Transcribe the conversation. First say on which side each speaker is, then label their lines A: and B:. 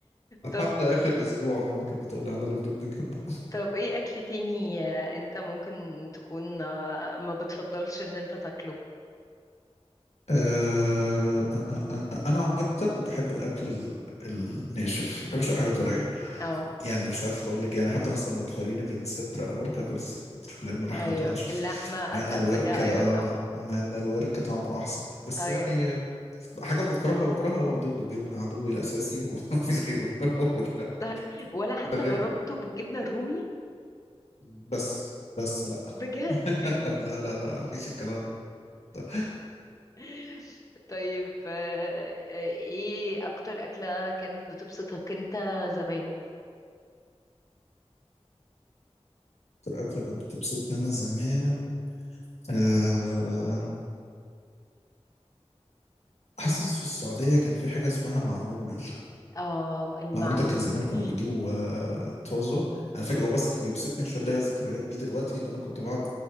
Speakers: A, on the left; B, on the left.
A: لحد
B: <laughs> طب
A: اخر اسبوع ماما كانت بتقول لي اعمل لك بيض بالجبنه
B: طب ايه اكل تاني آه، انت ممكن تكون آه، ما بتفضلش ان انت تاكله
A: آه، آه، آه، آه، آه، انا عامه بحب الاكل ال- الناشف ما بحبش اي حاجه طريه
B: اه
A: يعني مش عارف اقول لك يعني حتى مثلا لو تخيريني بين صدر او ورك اكل الصدر لانه لحمته
B: ايوه
A: انشف
B: اللحمة
A: مع
B: اتقل
A: ان الورك
B: بتاع
A: آه،
B: ايوه صح
A: مع ان الورك طعمه احسن بس
B: ايوه
A: يعني آه، حاجه بكرهها بكرهها هو البيض بالجبنه عدوي الاساسي ومفيش غيره <laughs> هو ده
B: صح. ولا حتى
A: ده غير
B: جربته بالجبنة الرومي
A: بس بس لا
B: بجد
A: <laughs> لا لا لا مفيش الكلام ده
B: <laughs> طيب آه، آه، ايه اكتر اكلة كانت بتبسطك انت زمان
A: اكتر اكله كانت بتبسطني انا زمان آه، حاسس في السعودية كان في حاجة اسمها معمول
B: اه المعمول
A: معمول ده كان زمان كنا بنجيبه آه، طازة أنا فاكر
B: امم
A: هو بس أنا بيبسطني عشان ليا ذكريات بيه دلوقتي إن أنا كنت بقعد